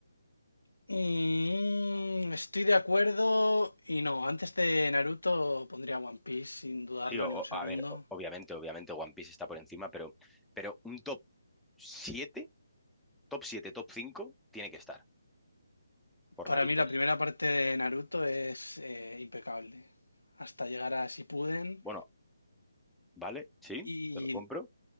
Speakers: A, on the left; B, in the centre.
A: Mm, estoy de acuerdo y no. Antes de Naruto pondría One Piece sin dudarlo
B: Sí, o-
A: ni un
B: o-
A: segundo.
B: a ver, o- obviamente, obviamente One Piece está por encima, pero, pero un top 7, top 7, top 5, tiene que estar, por
A: Para
B: narices.
A: mí la primera parte de Naruto es eh, impecable. Hasta llegar a Shippuden
B: Bueno, ¿vale? Sí,
A: y,
B: te lo compro.